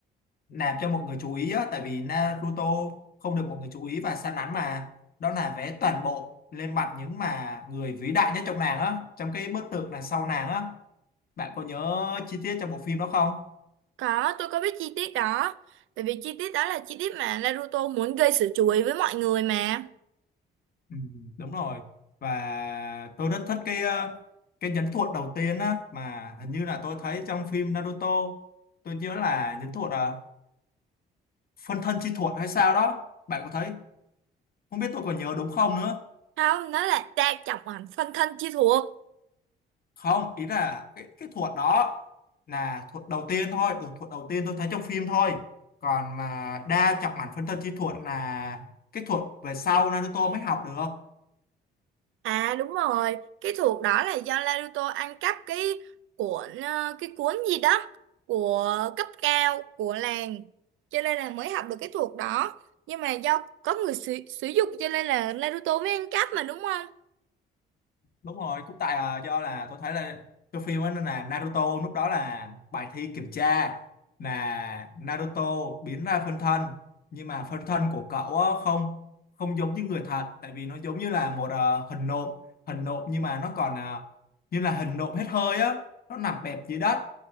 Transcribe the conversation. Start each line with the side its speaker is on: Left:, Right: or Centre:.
Left: nạp cho mọi người chú ý á tại vì Naruto không được mọi người chú ý và sa nắn mà đó là vẽ toàn bộ lên mặt những mà người vĩ đại nhất trong nàng á trong cái bức tượng đằng sau nàng á bạn có nhớ chi tiết trong bộ phim đó không
Right: Có, tôi có biết chi tiết đó. Bởi vì chi tiết đó là chi tiết mà Naruto muốn gây sự chú ý với mọi người mà.
Left: ừ, đúng rồi và tôi rất thích cái ờ, cái nhẫn thuật đầu tiên á mà hình như là tôi thấy trong phim Naruto tôi nhớ là nhẫn thuật à phân thân chi thuật hay sao đó bạn có thấy không biết tôi còn nhớ đúng không nữa
Right: Không, nó là ta chọc ảnh phân thân chi thuộc.
Left: không ý là cái cái thuật đó là thuật đầu tiên thôi thuật đầu tiên tôi thấy trong phim thôi còn mà đa trọng ảnh phân thân chi thuật là cái thuật về sau Naruto mới học được
Right: À đúng rồi, cái thuộc đó là do Naruto ăn cắp cái cuộn ờ, cái cuốn gì đó của cấp cao của làng cho nên là mới học được cái thuộc đó. Nhưng mà do có người sử, sử dụng cho nên là Naruto mới ăn cắp mà đúng không?
Left: đúng rồi cũng tại à, do là tôi thấy là cái phim ấy nó là Naruto lúc đó là bài thi kiểm tra mà Naruto biến ra phân thân nhưng mà phân thân của cậu á, không không giống như người thật tại vì nó giống như là một ờ, hình nộm hình nộm nhưng mà nó còn ờ, như là hình nộm hết hơi á nó nằm bẹp dưới đất